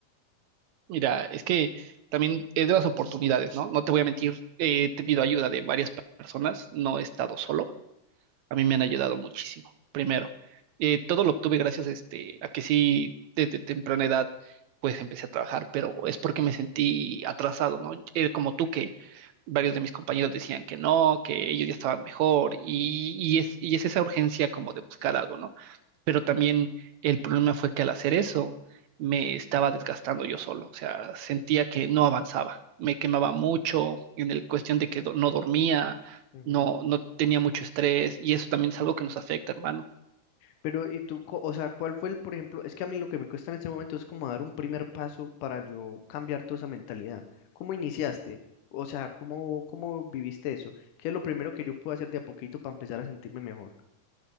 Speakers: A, on the right; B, on the left.
A: Mira, es que también es de las oportunidades, ¿no? No te voy a mentir, he tenido ayuda de varias personas, no he estado solo a mí me han ayudado muchísimo. Primero, eh, todo lo obtuve gracias este, a que sí, desde temprana edad, pues empecé a trabajar, pero es porque me sentí atrasado, ¿no? Eh, como tú, que varios de mis compañeros decían que no, que ellos ya estaban mejor, y, y es, y es esa urgencia como de buscar algo, ¿no? pero también el problema fue que al hacer eso me estaba desgastando yo solo, o sea, sentía que no avanzaba, me quemaba mucho en el cuestión de que do- no dormía,
B: Ujú.
A: no, no tenía mucho estrés y eso también es algo que nos afecta, hermano.
B: Pero, ¿y tú, co- o sea, cuál fue el, por ejemplo, es que a mí lo que me cuesta en este momento es como dar un primer paso para yo cambiar toda esa mentalidad. ¿Cómo iniciaste? O sea, ¿cómo, cómo viviste eso? ¿Qué es lo primero que yo puedo hacer de a poquito para empezar a sentirme mejor?